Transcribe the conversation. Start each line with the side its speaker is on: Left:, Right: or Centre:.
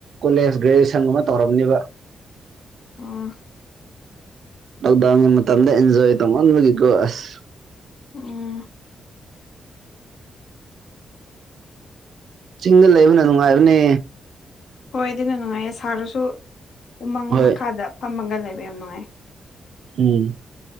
Right: ꯀꯣꯂꯦꯖ ꯒ꯭ꯔꯦꯖꯨꯦꯁꯟ ꯑꯃ ꯇꯧꯔꯝꯅꯤꯕ
Left: ꯎꯝ
Right: ꯑꯗ ꯃ ꯃꯇꯝꯗ ꯑꯦꯟꯖꯣ ꯇꯃꯣꯣꯁ
Left: ꯎꯝ
Right: ꯆꯤꯡꯗ ꯂꯩꯕꯅ ꯅꯨꯡꯉꯥꯏꯕꯅꯦ
Left: ꯍꯣꯏ ꯑꯗꯨꯅ ꯅꯨꯡꯉꯥꯏꯌꯦ ꯁꯥꯔꯁꯨ ꯎꯃꯪ
Right: ꯍꯣꯏ
Left: ꯃꯈꯥꯗ ꯐꯝꯃꯒ ꯂꯩꯕ ꯌꯥꯝ ꯅꯨꯡꯉꯥꯏ
Right: ꯎꯝ